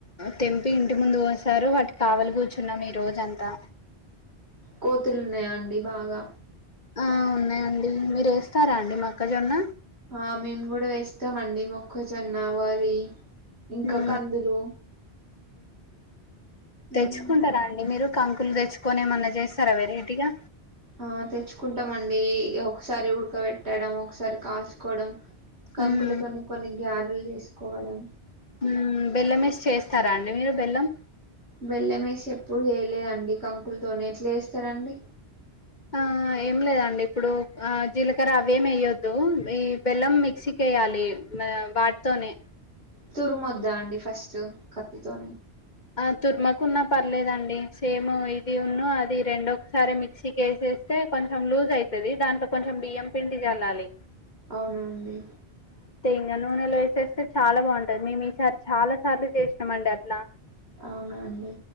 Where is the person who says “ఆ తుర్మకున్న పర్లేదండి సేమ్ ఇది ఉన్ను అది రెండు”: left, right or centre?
Left